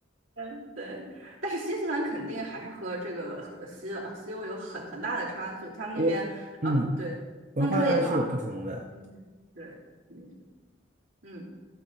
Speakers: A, on the right; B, on the right.
A: 嗯，对，但是新西兰肯定还是和这个和西西欧有很很大的差距。他们那边啊，
B: 我嗯，
A: 对，
B: 文化上是有不同的，
A: 风车也好啊，<laughs> 嗯对，肯定是，嗯，